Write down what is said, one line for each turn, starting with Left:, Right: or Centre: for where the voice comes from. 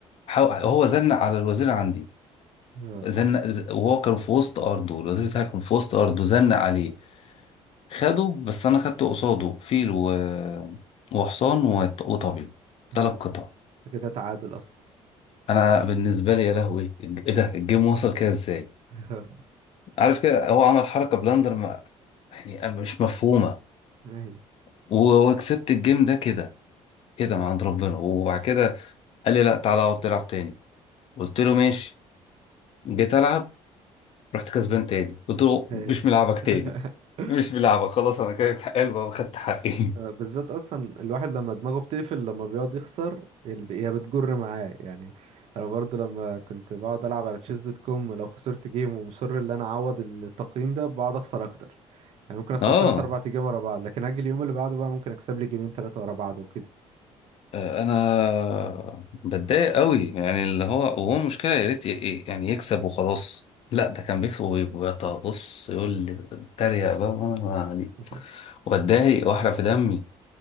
Left: حاو- هو زنق على الوزير عندي
Right: اه
Left: زنق ز- وهو كان في وسط ارضه الوزير بتاعي كان في وسط ارضه زنق عليه خده بس انا خدت قصاده فيل و... وحصان وط- وطبيعي
Right: ايوه
Left: ثلاث قطع
Right: كده تعادل اصلا
Left: انا بالنسبه لي يا لهوي الج- ايه ده الجيم وصل كده ازاي
Right: <laughs>
Left: عارف كده هو عمل حركه بلاندر ما... يعني مش مفهومه
Right: ايوه
Left: و- وكسبت الجيم ده كده كده من عند ربنا وبعد كده قال لي لا تعالى اقعد تلعب تاني قلت له ماشي جيت العب رحت كسبان تاني قلت له
Right: ايوه
Left: مش ملعبك
Right: <laughs>
Left: تاني مش ملعبك خلاص انا كده حلو وخدت حقي
Right: آه، بالذات اصلا الواحد لما دماغه بتقفل لما بيقعد يخسر الب- هي بتجر معاه يعني انا برضو لما كنت بقعد العب على تشيز دوت كوم لو خسرت جيم ومصر ان انا اعوض التقييم ده بقعد اخسر اكتر يعني ممكن اخسر
Left: <laughs> اه
Right: 3 4 جيم ورا بعض لكن اجي اليوم اللي بعده بقى ممكن اكسب لي جيمين 3 ورا بعض وكده
Left: آه، انا بتضايق قوي يعني اللي هو وهو المشكله يا ريت ي- ي- يعني يكسب وخلاص لا ده كان بيكسب وبيبقى بص يقول لي اتريق بقى وانا ما علي
Right: <laughs>
Left: واتضايق واحرق في دمي